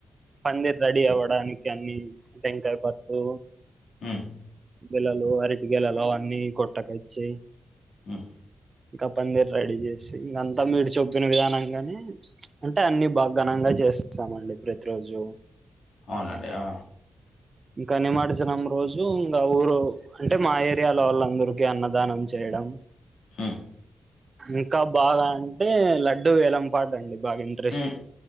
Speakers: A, on the right (about 45°); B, on the left (about 90°).
A: పందిర్రెడీ అవ్వడానికి అన్ని టెంకాయ, పసుపు
B: ఉమ్
A: గెలలు అరటి గెలలవన్నీ కొట్టకచ్చి
B: హ
A: ఇంకా పందిర్రెడీ చేసి ఇంకంతా మీరు చొప్పిన విధానంగానే అంటే అన్ని బా ఘనంగా చేస్తామండి ప్రతి రోజు
B: అవునండి ఆ
A: ఇంక నిమడ్జనం రోజు ఇంగ ఊరు అంటే మా ఏరియాలో వాళ్ళ అందరుకీ అన్నదానం చేయడం
B: హహ్మ్
A: ఇంకా బాగా అంటే లడ్డు వేలంపాట అండి బాగా ఇన్
B: ఉమ్